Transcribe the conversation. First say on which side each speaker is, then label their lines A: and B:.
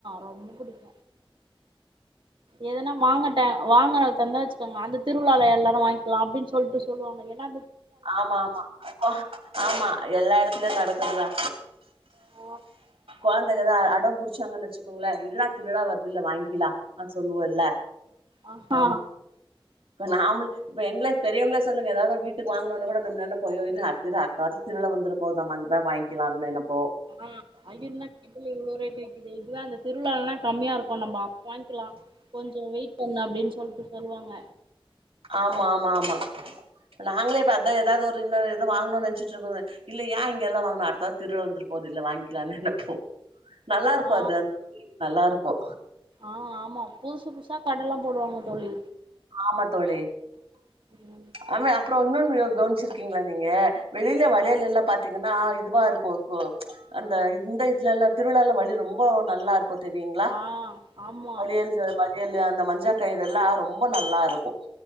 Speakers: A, on the right (about 60°); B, on the right (about 85°).
A: ரொம்ப பிடிக் எதனா வாங்கன் வாங்குன தந்த வச்சிக்கோங்க அந்த திருவிழால எல்லாரும் வாங்கிக்கலாம் அப்டின்னு சொல்லிட்டு சொல்வாங்க ஏனா
B: ஆமாமா ஆமா எல்லா எடத்துலயும் நடக்கிறது தா
A: அ
B: கொழந்தைக தா அடம் புடிச்சாங்கன்னு வச்சுக்கோங்களா இருடா திருவிழா வருதுல வாங்கிக்கலா அ சொல்லுவோம்ல
A: ஆஹா
B: ஆமா நாம் இப்ப எங்க பெரியவங்கள சொல்லுங்க ஏதாது வீட் ட்டுக் வாங்னோன கூட நம்னால போய இது <unintelligible> திருவிழா வந்துறபோதாமா அங்கிதா வாங்கிலாம்னு எனப்
A: ம் ஐ என்ன <unintelligible> புல்ல இவ்ளோ ரேட் விக்கிது இதுவே அந்த திருவிழால்ல கம்மியா இருக்கு நம்ப அப்போ வாங்க்கிலா கொஞ்ச வெயிட் பண்ணு அப்டின் சொல்ட்டு சொல்வாங்க
B: ஆமா ஆமா ஆமா நாங்களே இப்ப அதா எதாது ஒரு இன்னொ எதொ வாங்கணுன் நென்ச்சிட்ருக்கோம இல்ல ஏ இங்கெல்லா வாங்கனு அடுத்த வாரொ திருவிழ வந்துரு போதில்ல வாங்க்கிலான்னு நெனப்போ நல்லா இருக்கு
A: ஆ
B: அது <inaudible> நல்லா இருக் கு
A: ஆ ஆமா பூசுபுதுசா கடல்லா போடுவாங்க தோழி
B: ஆமா தோழி
A: ம்
B: அம்மெ அப்றொ இன்னொன் னியு கவனிச்சிருக்கீங்ளா நீங்க வெளில வளையல்
A: ஆ
B: எல்லா பாத்தீங்கன்னா இதுவாருக்குகு அந்த இந்த இதுலல்லா திருவிழால்ல வளியல் ரொம்ப நல்லா இருக்கு தெரியுங்ளா
A: ஆ ஆமா
B: வளியல்ஸு வளியலு அந்த மஞ்சா கயிறெல்லா ரொம்ப நல்லா இருக்கு